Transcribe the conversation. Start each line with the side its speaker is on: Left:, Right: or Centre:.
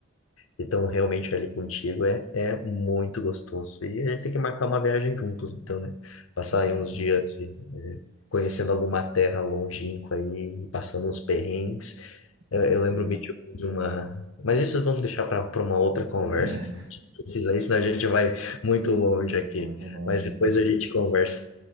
Left: estão realmente ali contigo, é, é muito gostoso. E a gente tem que marcar uma viagem juntos, então, né? Passar
Right: Sim,
Left: aí uns
Right: com certeza.
Left: dias assim, é, conhecendo alguma terra longínqua aí, passando uns perrengues.
Right: Com
Left: Eu,
Right: certeza.
Left: eu lembro-me de de uma... Mas isso vamos deixar para uma outra
Right: <laughs>
Left: conversa, que se a gente precisar, aí, senão a gente vai muito longe aqui.
Right: Muito longe.
Left: Mas depois a gente conversa